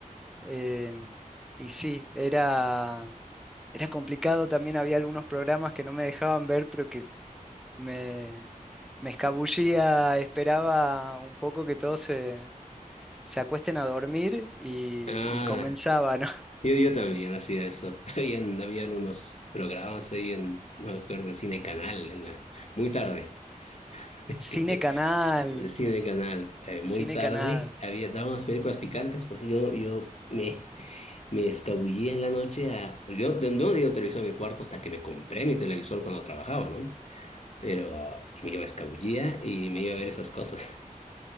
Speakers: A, in the centre; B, on the left.
A: em, y sí, era, era complicado. También había algunos programas que no me dejaban ver, pero que me, me escabullía, esperaba un poco que todos se, se acuesten a dormir y,
B: Ah,
A: y comenzaba, ¿no? <laughs>
B: yo, yo también hacía eso. <laughs> Habían, habían unos programas ahí en, no me acuerdo, en Cine Canal, en la, muy tarde. <laughs>
A: Cine
B: que
A: Canal.
B: el cine canal, eh, muy
A: Cine
B: tarde,
A: Canal.
B: había, daban unas películas picantes, pues sí, yo, yo me, <laughs> me escabullía en la noche a... pues, Yo yo no digo televisor en mi cuarto hasta que me compré mi televisor cuando trabajaba, ¿no? Pero y me- yo me escabullía y me iba a ver esas cosas. <laughs>